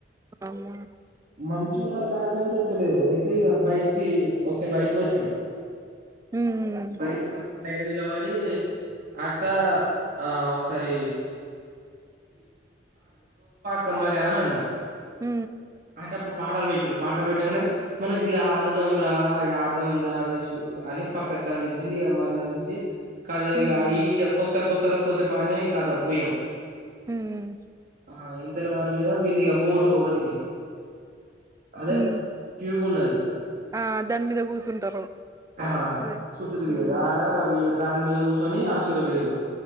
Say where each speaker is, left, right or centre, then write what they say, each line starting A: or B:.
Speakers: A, on the right; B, on the right.
A: అవునా
B: మంచి ఉన్నారు గార చెప్పలేరు అయితే ఇగ బయటికి ఒకసారి బయటకి వచ్
A: మ్మ్
B: బైటికీ కొచ్ బయట నిలబడి అక్క ఆ ఒకసారి కమ్మరేనాన్
A: ఉ
B: అప్పుడు పాటలు పెట్టిరు పాటలు పెట్టంగనే మనం ఇడ ఆడదాం రా ఇడ ఆడదాం రా వేష అని పప ఎక్కని పిలిచింది ఇక అమ్ని నిలిచి కాదా
A: మ్మ్
B: ఇ అయి వస్తాక వస్తార కోసే పా కాదా పోయినాం
A: మ్మ్
B: ఆ ఎంతలో మాడిపోయినా వీళ్ళ ఇగ బోటు ఒకటి అదే
A: మ్మ్
B: ట్యూబ్ ఉన్నది
A: ఆ దాని మీద కూర్చుంటారు
B: ఆ
A: అదే
B: చుట్టూ తిరిగేది
A: ఉమ్
B: ఆడ ఇ దాని మీద కూసోని ఆసుంట పేలు